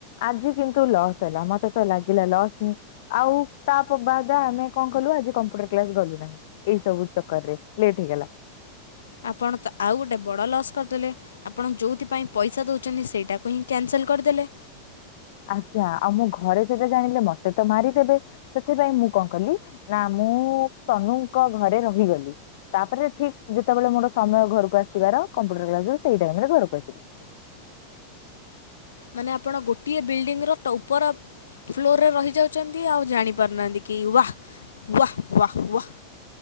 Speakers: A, on the left; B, on the left.
A: ଆଜି କିନ୍ତୁ ଲସ୍ ହେଲା ମତେ ତ ଲାଗିଲା ଲସ୍ ହିଁ ଆଉ ତା ବାଦ ଆମେ କଣ କଲୁ ଆଜି କମ୍ପ୍ୟୁଟର କ୍ଲାସ ଗଲୁ ନାହିଁ। ଏଇ ସବୁ ଚକର ରେ ଲେଟ୍ ହେଇଗଲା।
B: ଆପଣ ତ ଆଉ ଗୋଟେ ବଡ ଲସ୍ କରିଦେଲେ। ଆପଣ ଯୋଉଥିପାଇଁ ପଇସା ଦଉଛନ୍ତି ସେଇଟାକୁ ହିଁ କ୍ୟାନସେଲ୍ କରିଦେଲେ।
A: ଆଜ୍ଞା ଆଉ ମୋ ଘରେ ସେଟା ଜାଣିଲେ ମତେ ତ ମାରିଦେବେ। ସେଥିପାଇଁ ମୁଁ କଅଁ କଲି ନା ମୁଁ ତନୁଙ୍କ ଘରେ ରହିଗଲି। ତାପରେ ଠିକ୍ ଯେତେବେଳେ ମୋର ସମୟ ଘରକୁ ଆସିବାର କମ୍ପ୍ୟୁଟର କ୍ଲାସ ରୁ ସେଇ ଟାଇମ ରେ ଘରକୁ ଆସିଲି।
B: ମାନେ ଆପଣ ଗୋଟିଏ ବିଲ୍ଡିଂର ଟଉପର ଫ୍ଲୋରରେ ରହିଯାଉଛନ୍ତି ଆଉ ଜାଣିପାରୁନାହାନ୍ତି କି ୱାହ ୱାହ ୱାହ ୱାହ।